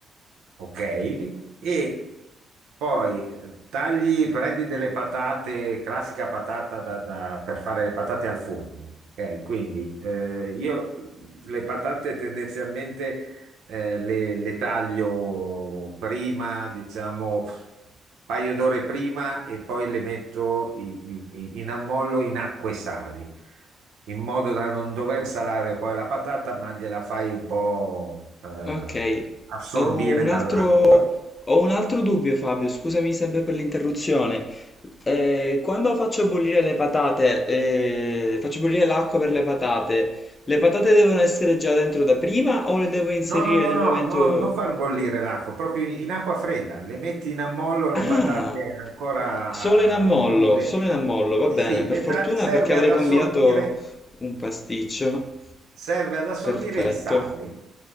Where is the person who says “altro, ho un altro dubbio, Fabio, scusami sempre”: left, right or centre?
Left